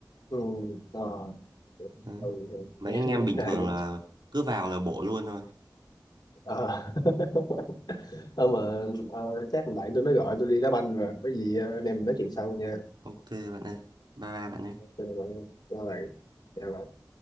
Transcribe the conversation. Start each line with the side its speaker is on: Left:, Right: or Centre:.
Left: Ừ, ờ, ừ,
Right: Đấy.
Left: ừ,
Right: Mấy
Left: nghe
Right: anh
Left: nói
Right: em bình
Left: sai
Right: thường
Left: cũng-
Right: là cứ vào là bộ luôn thôi.
Left: ờ. <laughs> Ờ, mà ờ, chắc thằng bạn tôi nó gọi tôi đi đá banh rồi có gì ờ, anh em mình nói chuyện sau nha
Right: Ok bạn ơi. Bye bye bạn nhé.
Left: Ok, bạn, chào bạn. Chào bạn.